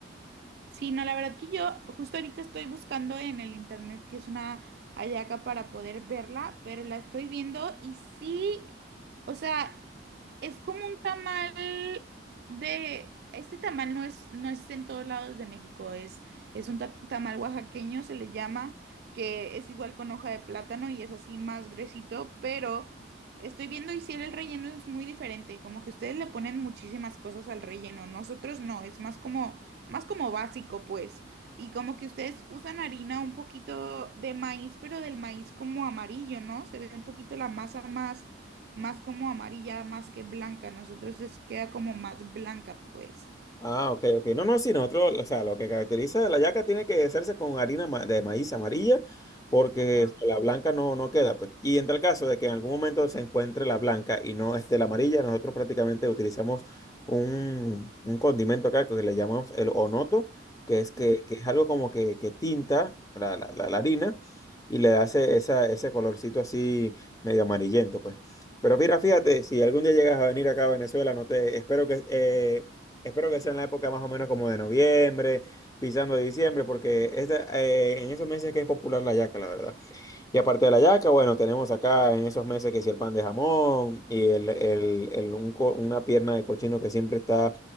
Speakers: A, on the right; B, on the left.
A: Sí, no, la verdad que yo justo ahorita estoy buscando en el internet que es una hallaca para poder verla, pero la estoy viendo y sí, o sea, es como un tamal de, este tamal no es, no es en todos lados de México, es, es un ta- tamal oaxaqueño, se le llama, que es igual con hoja de plátano y es así más gruesito, pero estoy viendo y sí el relleno es muy diferente, como que ustedes le ponen muchísimas cosas al relleno, nosotros no, es más como más como básico, pues. Y como que ustedes usan harina un poquito de maíz, pero del maíz como amarillo, ¿no? Se ve un poquito la masa más, más como amarilla, más que blanca. Nosotros es, queda como más blanca, pues.
B: Ah, ok, ok. No, no, sí, nosotros, o sea, lo que caracteriza la yaca tiene que hacerse con harina ma- de maíz amarilla, porque
A: Ah,
B: la blanca no, no queda, pues. Y en tal caso de que en algún momento se encuentre la blanca y no esté la amarilla, nosotros prácticamente utilizamos un, un condimento acá que le llamamos el onoto, que es que,
A: ok.
B: que es algo como que, que tinta la, la, la- la harina y le hace esa, ese colorcito así medio amarillento, pues. Pero mira, fíjate, si algún día llegas a venir acá a Venezuela, no te, espero que eh, Espero que sea en la época más o menos como de noviembre, pisando de diciembre, porque esta, eh, en esos meses que es popular la yaca, la verdad. Y aparte de la yaca, bueno, tenemos acá en esos meses que si el pan de jamón y el, el- el- un co- una pierna de cochino que siempre está